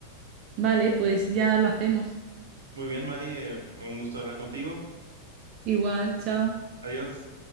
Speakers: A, on the right (about 35°); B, on the right (about 70°).
A: Vale, pues ya lo hacemos.
B: Muy bien, Mari, eh, un gusto hablar contigo.
A: Igual, chao.
B: Adiós.